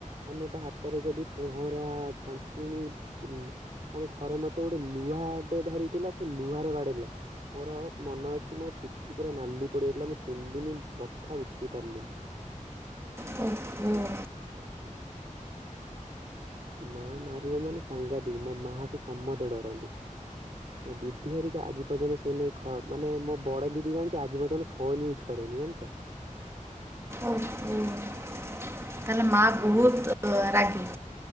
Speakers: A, on the right; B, on the right.
A: ଆମେ ତା ହାତରେ ଯଦି ପହଁରା ଛାଞ୍ଚୁଣି ଉଁ ମାନେ ଥରେ ମତେ ଗୋଟେ ଲୁହାଟେ ଧରିଥିଲା ସେ ଲୁହାରେ ବାଡେଇଲା। ମୋର ମନ ଅଛି ମୋ ପିଠି ପୁରା ନାଲି ପଡ଼ିଯାଇଥିଲା ମୁଁ ତିନ ଦିନି ବଥା ଉଠେଇ ପାରଲିନି।
B: ହୁଁ ହୁଁ।
A: ମାଆ ମାରିବ ମାନେ ସାଙ୍ଘାତିକ ମୋ ମାଆକୁ ସମତେ ଡରନ୍ତି। ମୋ ଦିଦି ହରିକା ଆଜି ପର୍ଯ୍ୟନ୍ତ ସେଇ ନେଇ ଖ ମାନେ ମୋ ବଡ ଦିଦି ଜାଣିଚ ଆଜି ପର୍ଯ୍ୟନ୍ତ ଫୋନ ୟୁଜ୍ କରେନି ଜାଣଚ।
B: ଓହୋ ତାହେଲେ ମାଆ
A: କାରଣ
B: ବୋହୁତ
A: ମୋ
B: ଅ ରାଗି।